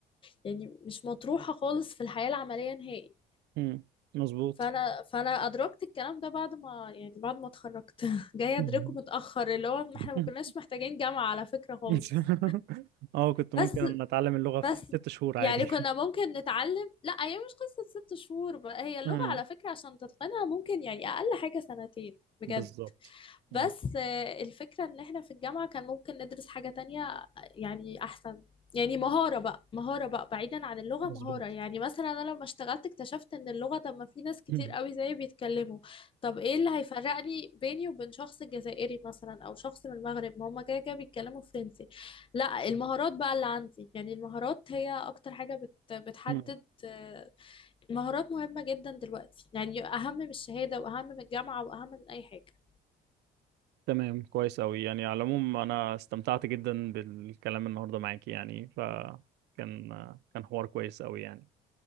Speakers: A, on the left; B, on the right.
A: يعني مش مطروحه خالص في الحياه العمليه نهائي
B: مم. مظبوط
A: فانا فانا ادركت الكلام ده بعد ما يعني بعد ما اتخرجت <laughs> جايه
B: مهم.
A: ادركه متاخر اللي هو ما احنا ما
B: مهم.
A: كناش محتاجين جامعه على فكره خالص
B: <laughs> اه كنت ممكن
A: بس
B: ان اتعلم اللغه في
A: بس
B: ست شهور عادي
A: يعني كنا ممكن نتعلم لا هي مش قصه ست شهور بقى هي اللغه
B: مم.
A: على فكره عشان تتقنها ممكن يعني اقل حاجه سنتين
B: <laughs>
A: بجد
B: بالظبط
A: بس
B: مم.
A: آه، الفكرة ان احنا في الجامعة كان ممكن ندرس حاجة تانية يعني احسن يعني مهارة بقى مهارة بقى بعيدا عن اللغة
B: مظبوط
A: مهارة يعني مثلا انا لما اشتغلت اكتشفت ان اللغة طب ما في ناس كتير
B: مم.
A: قوي زيي بيتكلموا طب ايه اللي هيفرقني بيني وبين شخص جزائري مثلا او شخص من المغرب ما هما كده كده بيتكلموا فرنسي لا المهارات بقى اللي عندي يعني المهارات هي اكتر حاجة بت بتحدد
B: مم.
A: آه، المهارات مهمة جدا دلوقتي يعني اهم من الشهادة واهم من الجامعة واهم من اي حاجة
B: تمام كويس أوي يعني على العموم أنا استمتعت جدا بالكلام النهاردة معاكي يعني فكان كان حوار كويس أوي يعني